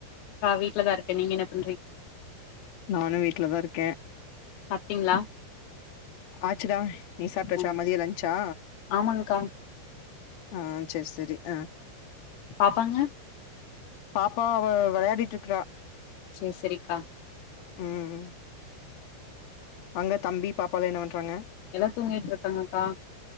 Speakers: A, on the left (about 75°); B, on the left (about 50°).
A: வீட்லதான் இருக்கன் நீங்க என்ன பண்
B: நானும் வீட்ல தான் இருக்கேன்
A: சாப்டிங்களா
B: ஆச்சுடா நீ சாப்ட்டச்சா
A: ஆ
B: மதியம் லன்ச்சா
A: ஆமாங்க்கா
B: ஆ செரி செரி ஆ
A: பாப்பாங்க
B: பாப்பா அவ வெளயாடிட்டு இருக்கறா
A: செரி செரிக்கா
B: ம் அங்க தம்பி பாப்பாலாம் என்ன பண்றாங்க
A: எல்லா தூங்கிட்டு இருக்காங்கக்கா